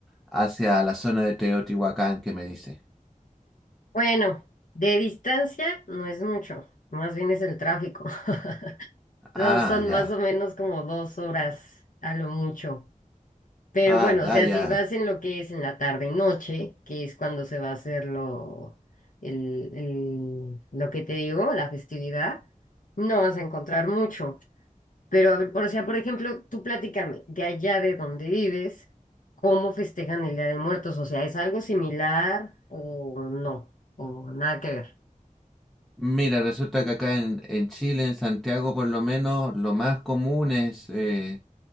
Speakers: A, in the centre; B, on the left.
A: hacia la zona de Teotihuacán que me dice?
B: Bueno, de distancia no es mucho, más bien es el tráfico. <laughs> No,
A: Ah,
B: Son
A: ya,
B: más o menos como dos horas a lo mucho. Pero
A: ah,
B: bueno,
A: ya,
B: o sea,
A: ya.
B: si vas en lo que es en la tarde noche, que es cuando se va a hacer lo, el, el- lo que te digo, la festividad, no vas a encontrar mucho. Pero a ver, por, o sea, por ejemplo, tú platícame, de allá de donde vives, ¿cómo festejan el Día de Muertos? O sea, ¿es algo similar o no? O nada que ver.
A: Mira, resulta que acá en, en Chile, en Santiago por lo menos, lo más común es... eh,